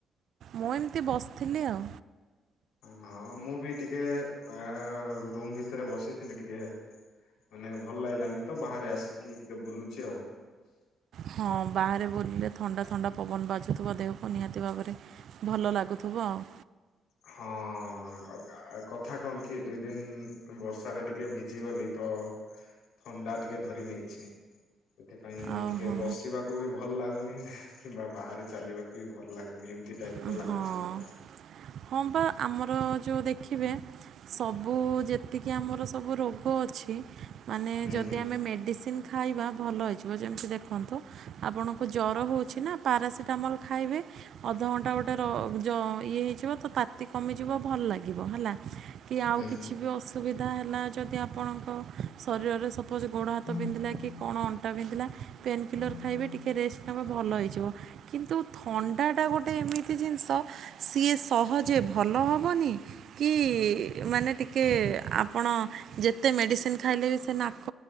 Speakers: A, on the right; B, on the left.
A: ମୁଁ ଏମିତି ବସିଥିଲି ଆଉ।
B: ହଁ ମୁଁ ବି ଟିକେ ଅ ରୁମ ଭିତରେ ବସିଥିଲି ଟିକେ ମାନେ ଭଲ ଲାଗିଲାନି ତ ବାହାରେ ଆସିକି ଟିକେ ବୁଲୁଛି ଆଉ।
A: ହଁ ବାହାରେ ବୁଲିଲେ ଥଣ୍ଡା-ଥଣ୍ଡା ପବନ ବାଜୁଥିବ ଦେହକୁ ନିହାତି ଭାବରେ ଭଲ ଲାଗୁଥିବ‌। ହଉ।
B: ହଁ କଥା କଣ କି ଦି-ଦିନ ବର୍ଷାରେ ଟିକେ ଭିଜି ଗଲି ତ। ଥଣ୍ଡା ଟିକେ ଧରି ନେଇଛି। ସେଥିପାଇଁ
A: ଆଉ
B: ଟିକେ
A: ହଁ
B: ବସିବାକୁ ବି ଭଲ ଲାଗୁନି। କିମ୍ବା ବାହାରେ ଚାଲିବାକୁ ବି ଭଲ ଲାଗୁନି ଏମିତି ଟାଇପ
A: ହଁ
B: ର ଲାଗୁଛି
A: ହଁ
B: ମତେ।
A: ହଁ ବା ଆମର ଯେଉଁ ଦେଖିବେ ସବୁ ଯେତିକି ଆମର ସବୁ ରୋଗ ଅଛି। ମାନେ
B: ହୁଁ
A: ଯଦି
B: ହୁଁ
A: ଆମେ ମେଡିସିନ ଖାଇବା ଭଲ ହୋଇଇଯିବ ଯେମିତି ଦେଖନ୍ତୁ ଆପଣଙ୍କୁ ଜ୍ଵର ହେଉଛି ନା ପାରାସିଟାମଲ୍ ଖାଇବେ ଅଧଘଣ୍ଟା ଗୋଟେ ଇଏ ହେଇଯିବ ତ ତାତି କମିଯିବ ଭଲ ଲାଗିବ ହେଲା। କି ଆଉ
B: ହୁଁ
A: କିଛି ବି ଅସୁବିଧା ହେଲା ଯଦି ଆପଣଙ୍କ ଶରୀରରେ ଗୋଡ ହାତ
B: ହୁଁ।
A: ବିନ୍ଧିଲା କି କଣ ଅଣ୍ଟା ବିନ୍ଧିଲା ପେନକିଲର
B: ଠିକ
A: ଖାଇବ ରେଷ୍ଟ ନବ ଭଲ ହେଇଯିବ। କିନ୍ତୁ ଥଣ୍ଡାଟା ଗୋଟେ ଏମିତି ଜିନିଷ ସିଏ ସହଜେ ଭଲ ହେବନି କି ମାନେ ଟିକେ ଆପଣ ଯେତେ ମେଡିସିନ ଖାଇଲେ ବି ସେ ନାକ